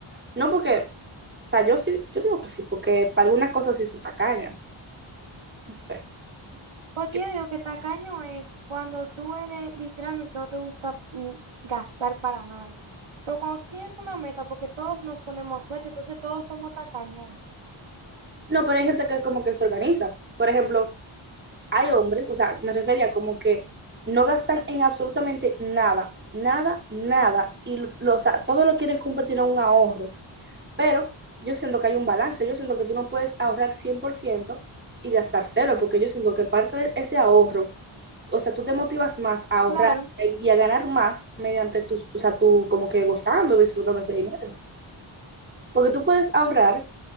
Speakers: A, on the right; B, on the right.
A: no porque, o sea, yo sí, yo digo que sí, porque para algunas cosas sí son tacañas, no sé.
B: Porque
A: Que-
B: yo digo que tacaño es cuando tú eres, literalmente no te gusta mm, gastar para nada. Pero cuando tú tienes una meta, porque todos nos ponemos meta, entonces todos somos tacaños. a veces.
A: No, pero hay gente que como que se organiza. Por ejemplo, hay hombres, o sea, me refería como que no gastan en absolutamente nada, nada, nada, y lo- lo- o sea, todo lo quieren convertir en un ahorro. Pero yo siento que hay un balance, yo siento que tú no puedes ahorrar 100% y gastar cero, porque yo siento que parte de ese ahorro, o sea, tú te motivas más a ahorrar
B: Claro,
A: y a ganar más mediante tus, o sea, tú como que gozando, y disfrutando ese dinero. Porque tú puedes ahorrar,